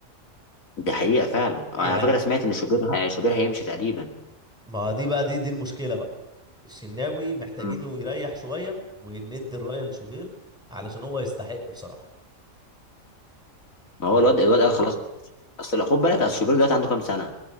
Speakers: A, on the left (about 75°); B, in the centre.
A: دي حقيقة فعلا على
B: يعني
A: فكرة سمعت ان شوبير هي... شوبير هيمشي تقريبا
B: ما دي بقى دي دي المشكله بقى الشناوي محتاجينه
A: امم
B: يريح شويه وندي الرايه لشوبير علشان هو يستحق بصراحه
A: ما هو
B: يعني
A: الواد الواد قال خلاص اصل خد بالك اصل شوبير دلوقتي عنده كام سنة